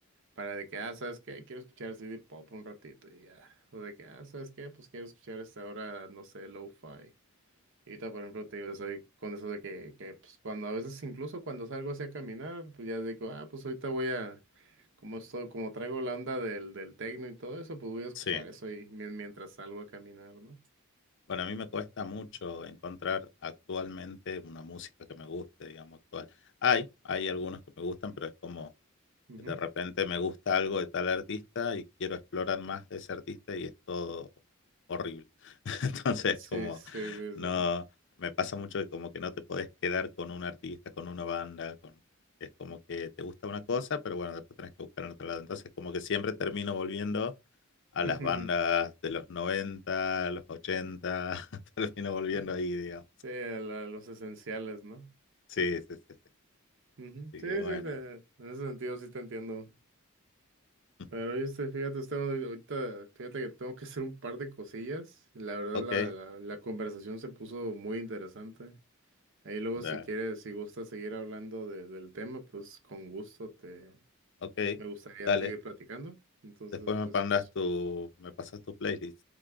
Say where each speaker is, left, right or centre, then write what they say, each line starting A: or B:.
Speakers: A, on the right; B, on the left.
A: para de que, ah, ¿sabes qué? Quiero escuchar CD pop un ratito y ya. O de que, ah, ¿sabes qué? Pues quiero escuchar hasta ahora, no sé, lo-fi. Y ahorita, por ejemplo, te digo, soy con eso de que, que, pues cuando a veces, incluso cuando salgo así a caminar, pues ya digo, ah, pues ahorita voy a, como esto, como traigo la onda del, del techno y todo eso, pues voy a escuchar
B: sí.
A: eso y mien- mientras salgo a caminar, ¿no?
B: Bueno, a mí me cuesta mucho encontrar actualmente una música que me guste, digamos, actual. Hay, hay algunos que me gustan, pero es como...
A: Ujú.
B: De repente me gusta algo de tal artista y quiero explorar más de ese artista y es todo horrible. <laughs> Entonces,
A: Sí,
B: como
A: sí, sí,
B: no,
A: sí.
B: me pasa mucho que como que no te podés quedar con un artista, con una banda, con, es como que te gusta una cosa, pero bueno, después tenés que buscar en otro lado. Entonces, como que siempre termino volviendo a las
A: <laughs>
B: bandas de los 90 los ochenta <laughs> termino volviendo
A: Sí,
B: ahí, digamos.
A: sí, a la- los esenciales, ¿no?
B: Sí, sí, sí. sí.
A: Ujú.
B: Así
A: Sí,
B: que bueno.
A: sí, te- en ese sentido sí te entiendo.
B: <laughs>
A: Pero este, fíjate, Esteban, ahorita, fíjate que tengo que hacer un par de cosillas. La verdad,
B: Ok,
A: la, la, la conversación se puso muy interesante. Ahí luego,
B: dale.
A: si quieres, si gustas seguir hablando de- del tema, pues con gusto te,
B: Ok,
A: me gustaría
B: dale.
A: seguir platicando. Entonces,
B: Después me
A: pues,
B: mandas
A: pues,
B: tu, me pasas tu playlist